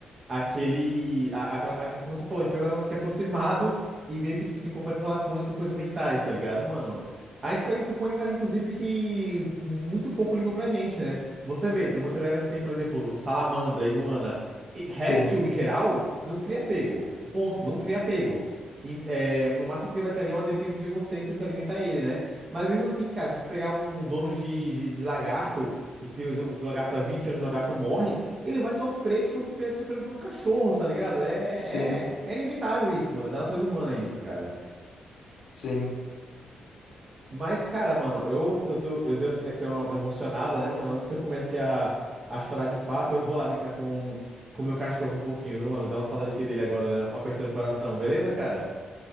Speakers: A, on the right (about 40°); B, on the left (about 70°).
A: Aquele. a- aquela, a- como você falou, a gente pega um negócio que é aproximado e meio que, tipo assim, completa as lacunas com coisas mentais, tá ligado, mano? A gente faz isso com animais, inclusive, que muito pouco ligam pra gente, né? Você vê, tem muita galera que tem, por exemplo, salamandra, iguana. E réptil,
B: Sim,
A: em geral, não cria apego. Ponto, não cria apego. E, é, no máximo que ele vai ter ali é uma dependência de você, porque você alimenta ele, né? Mas mesmo assim, cara, se você pegar um dono de, de de lagarto que, que, o que o lagarto há 20 anos, o lagarto morre, ele vai sofrer como se estivesse sofrendo por um cachorro, tá ligado? É,
B: sim,
A: é, é inevitável isso, mano. É da natureza humana isso, cara.
B: sim.
A: Mas, cara, mano, eu, eu tô, eu dei aqui uma emocionada, né, mano? Antes que eu comece a, a chorar de fato, eu vou lá brincar com o meu cachorro um pouquinho, viu, mano? Deu uma saudade aqui dele agora, né? apertando o coração. Beleza, cara?